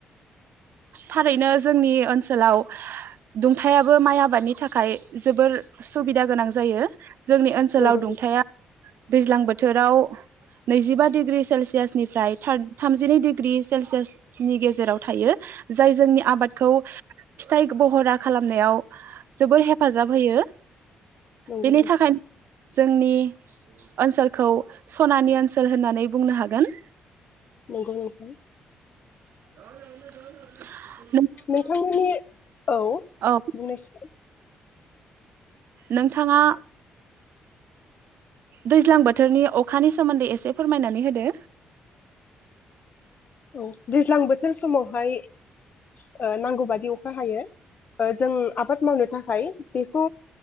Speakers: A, on the right (about 70°); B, on the left (about 45°).
A: थारैनो जोंनि ओनसोलाव दुंथायाबो माइ आबादनि थाखाय जोबोर सुबिदा गोनां जायो। जोंनि ओनसोलाव
B: नंगौ
A: दुंथाया।
B: नंगौ
A: दैज्लां बोथोराव नैजिबा डिग्रि सेलसियासनिफ्राय थामजिनै डिग्रि सेलसियास। नि गेजेराव थायो। जाय जोंनि आबादखौ। फिथाइ बहरा खालामनायाव जोबोर हेफाजाब होयो।
B: नोंथां
A: बेनि थाखायनो जोंनि। ओनसोलखौ सनानि ओनसोल होननानै बुंनो हागोन।
B: नंगौ नोंथां
A: <unintelligible>
B: नोंथांमोननि। औ
A: औ
B: बुंनायसाय।
A: नोंथाङा दैज्लां बोथोरनि अखानि सोमोन्दै एसे फोरमायनानै होदो
B: औ दैज्लां बोथोर समावहाय ओ नांगौ बादि अखा हायो। ओ जों आबाद मावनो थाखाय बेखौ